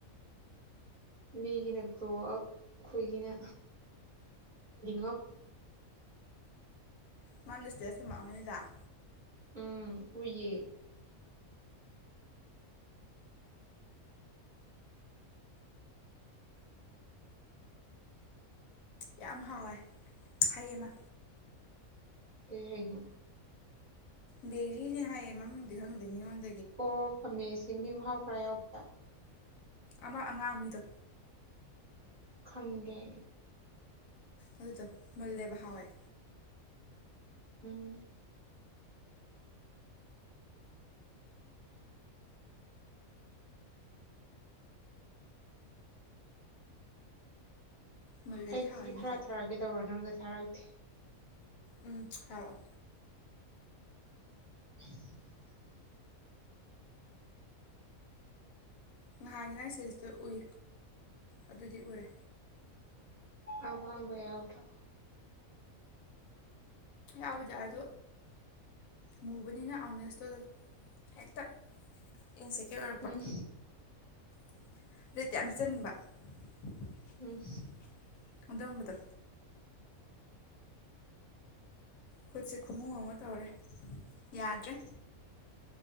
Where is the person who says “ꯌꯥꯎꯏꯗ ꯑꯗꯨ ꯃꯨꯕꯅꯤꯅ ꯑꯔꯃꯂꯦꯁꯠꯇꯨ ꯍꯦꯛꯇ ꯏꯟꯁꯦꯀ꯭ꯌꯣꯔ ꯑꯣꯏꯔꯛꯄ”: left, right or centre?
Left